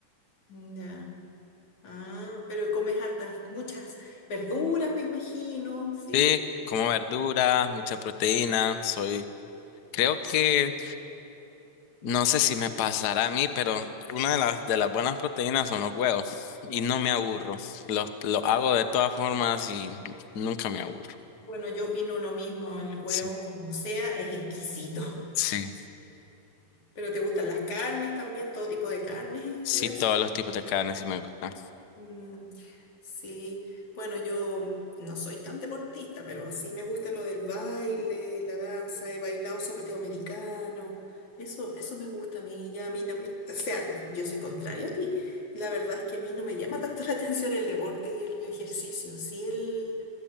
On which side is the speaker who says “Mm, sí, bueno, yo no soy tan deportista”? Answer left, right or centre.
Left